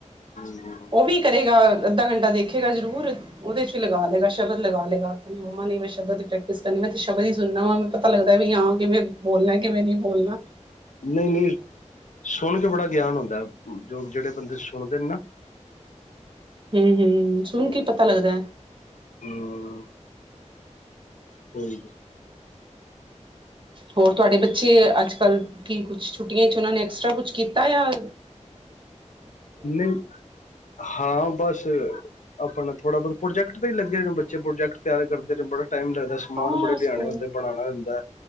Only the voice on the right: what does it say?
ਉਹ ਵੀ ਕਰੇਗਾ ਅੱਧਾ ਘੰਟਾ ਦੇਖੇਗਾ ਜ਼ਰੂਰ, ਉਹਦੇ 'ਚ ਲਗਾ ਲਏਗਾ ਸ਼ਬਦ ਲਗਾ ਲਏਗਾ। ਮੰਮਾ ਨੇ ਮੈਂ ਸ਼ਬਦ ਦੀ ਪ੍ਰੈਕਟਿਸ ਕਰਨੀ ਮੈਂ ਤਾਂ ਸ਼ਬਦ ਹੀ ਸੁਣਨਾ ਵਾ ਪਤਾ ਲੱਗਦਾ ਵੀ ਹਾਂ ਕਿਵੇਂ ਬੋਲਣਾ ਕਿਵੇਂ ਨਹੀਂ ਬੋਲਣਾ।
ਹੂੰ-ਹੂੰ ਸੁਣ ਕੀ ਈ ਪਤਾ ਲੱਗਦਾ।
ਹੋਰ ਤੁਹਾਡੇ ਬੱਚੇ ਅੱਜਕੱਲ੍ਹ ਕੀ ਕੁਛ ਛੁੱਟੀਆਂ ਚ ਉਹਨਾਂ ਨੇ ਐਕਸਟਰਾ ਕੁਛ ਕੀਤਾ ਆ ਜਾ
ਹਾਂ
ਸਕੂਲ